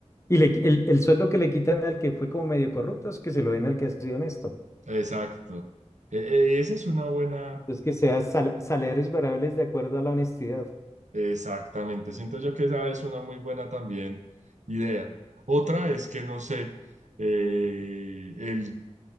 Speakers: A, on the left; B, on the right.
A: Y le qui- el, el sueldo que le quitan al que fue como medio corrupto es que se lo den al que ha sido honesto.
B: exacto. E- e- esa es una buena...
A: Entonces, que sea sal- salarios variables de acuerdo a la honestidad.
B: Exactamente, siento yo que esa es una muy buena también idea. Otra es que, no sé, eh, el